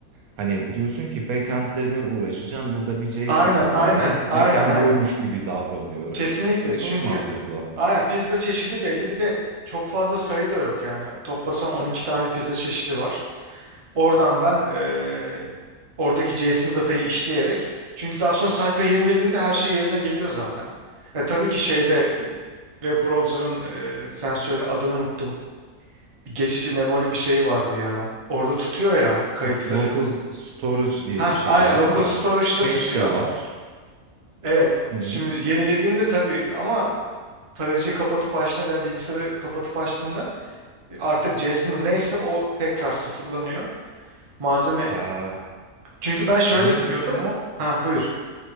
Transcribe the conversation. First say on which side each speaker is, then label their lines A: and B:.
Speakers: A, on the right; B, on the right.
A: hani diyorsun ki backend'lerine uğraşacağım. Burada bir JSON
B: Aynen
A: var
B: aynen
A: abi.
B: aynen
A: Backend
B: aynen.
A: oymuş gibi davranıyorum.
B: Kesinlikle
A: Bu çok
B: çünkü
A: mantıklı.
B: aynen pizza çeşidi belli bir de çok fazla sayı da yok yani. Toplasan 12 tane pizza çeşidi var. Oradan ben eee, oradaki JSON datayı işleyerek çünkü daha sonra sayfa yenilediğinde her şey yerine geliyor zaten. E, tabii ki şeyde e, web browser'ın eee sen söyle adını unuttum. Bir geçici memori bir şeyi vardı ya. Orada tutuyor ya kayıtları.
A: Local storage diye
B: Ha,
A: bir şey
B: aynen
A: var
B: local
A: ama
B: storage'da
A: cache
B: tutuyor.
A: de var.
B: Evet
A: Hı hı.
B: şimdi yenilediğinde tabii ama tarayıcıyı kapatıp açtığında veya bilgisayarı kapatıp açtığında e, artık JSON'da neyse o tekrar sıfırlanıyor. Malzeme
A: Ha,
B: çünkü ben şöyle
A: onu
B: yapıyordum.
A: mesela
B: Ha buyur.